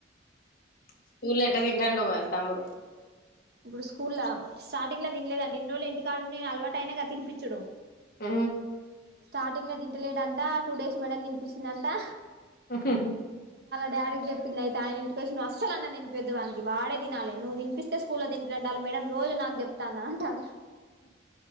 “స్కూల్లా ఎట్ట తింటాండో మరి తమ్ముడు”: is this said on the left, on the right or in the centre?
Left